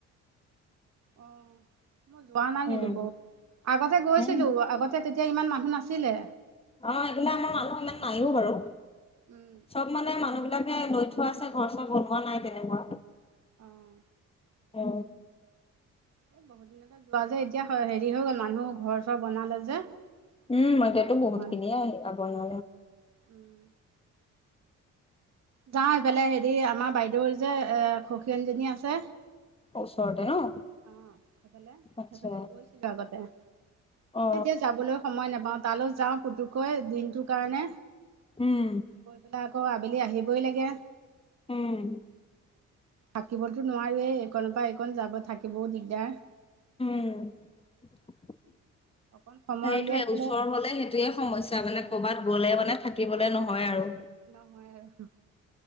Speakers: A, on the right; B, on the left.
A: অ', মই যোৱা নাই কিন্তু
B: উম
A: বৌ, আগতে গৈছিলো
B: উম
A: আগতে তেতিয়া ইমান মানুহ নাছিলে।
B: অ এইবিলা আমাৰ মানুহ ইমান নাইও বাৰু
A: উম,
B: চব মানে মানুহ। বিলাকে লৈ থোৱা আছে ঘৰ চৰ বনোৱা নাই তেনেকুৱা
A: অঁ
B: অ।
A: এ বহুত দিনতে যোৱা যে এতিয়া হেৰি হৈ গ'ল মানুহ ঘৰ চৰ বনালে যে
B: উম
A: যোৱাই
B: মইতিয়াতো বহুত
A: হোৱা
B: খিনিয়ে
A: নাই।
B: আহ বনে
A: উম। যাওঁ সেইফালে হেৰি আমাৰ বাইদেউৰ যে এ খূখেনজনী আছে।
B: ওচৰতে ন।
A: আহ সেইফালে,
B: আচ্ছা
A: সেইফালে গৈছিলো আগতে। এ
B: অ
A: এতিয়া যাবলৈ সময় নাপাওঁ তালৈ যাওঁ পুতুকৈ দিনটোৰ কাৰণে
B: উম
A: গৈ পেলাই আকৌ। আবেলি আহিবই লাগে।
B: উম
A: থাকিবতো নোৱাৰোৱেই এইনৰ পৰা এইকণ যাব থাকিবও দিগদাৰ।
B: উম সেইটোয়ে
A: অকণ সময় উলিয়াই গ'লে
B: ওচৰৰ হলে সেইটোয়ে সমস্যা মানে কৰবাত গলে মানে থাকিবলে নহয় আৰু
A: নহয় আৰু